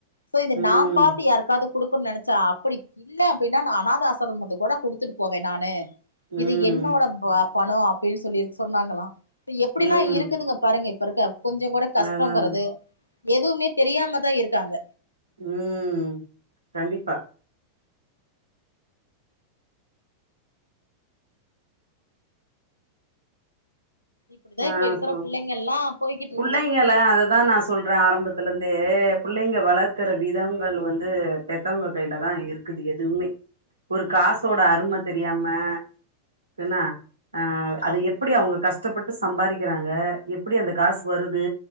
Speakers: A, on the left; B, on the right.
A: சோ இது
B: ம்
A: நா பா்த்து யாருக்காவ்து குடுக்கன்னனு நெனைச்சா அப்டி இல்ல அப்டின்னா அநாதா ஆசரமத்கோட குடுத்துட்டு போவே நானு
B: ம்
A: இது என்னோட பாப் பணம் அப்டின்னு சொல்லிருக்கு சொன்னாங்களா எப்டிலா
B: ம்
A: இருக்குதுங்க பாருங்க ப்ப இருக்க கொஞ்சோ கூட கஷ்டங்கிறது
B: அதாங்க
A: எதுவுமே தெரியாம தா இருக்காங்க
B: உம் கண்டிப்பா
A: இப்படிதா
B: ஆஹ்
A: இப்ப இருக்கிற
B: சொ
A: பிள்ளைங்க எல்லா போய்கிட்டு
B: பிள்ளைங்க
A: இருக்குது
B: அததா நா சொல்றே ஆரம்பத்துல இருந்து து பிள்ளைங்க வளர்க்கற விதங்கள் வந்து பெத்தவங்க கையிலதா இருக்குது எதுவுமே ஒரு காசோட அரும தெரியாமா என்னா ஆஹ்
A: ஆமா
B: அது எப்டி அவ்ங்க கஷ்ட ட்டபட் சம்பாதிக்கிறாங்க எப்டி அந்த காசு வருது